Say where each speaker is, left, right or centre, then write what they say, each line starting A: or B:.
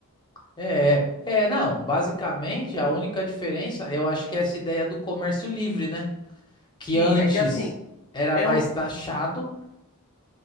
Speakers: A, on the left (about 20°); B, on the left (about 80°).
A: É, é, É, não, basicamente a única diferença, eu acho que é essa ideia do comércio livre, né? Que
B: Sim,
A: antes
B: é que assim,
A: era
B: é
A: mais
B: um,
A: taxado